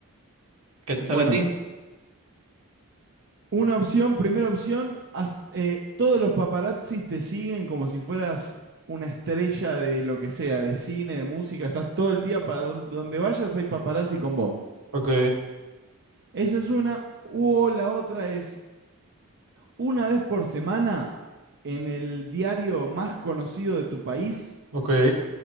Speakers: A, on the right; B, on the right.
A: ¿Qué te sale
B: Bueno,
A: a ti?
B: Una opción, primera opción, haz- eh, todos los paparazzis te siguen como si fueras una estrella de lo que sea, de cine, de música, estás todo el día para don- donde vayas hay paparazzis con vos.
A: Ok,
B: Esa es una, o la otra es una vez por semana en el diario más conocido de tu país,
A: ok,